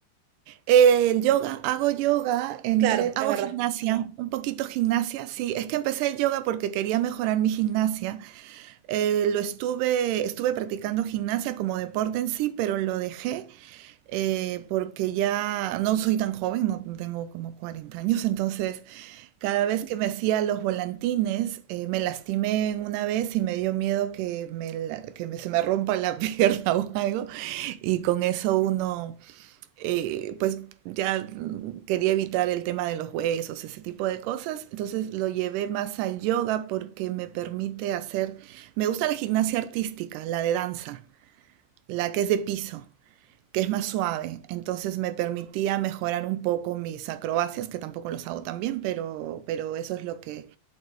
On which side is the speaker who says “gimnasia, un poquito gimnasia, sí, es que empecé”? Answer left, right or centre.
Right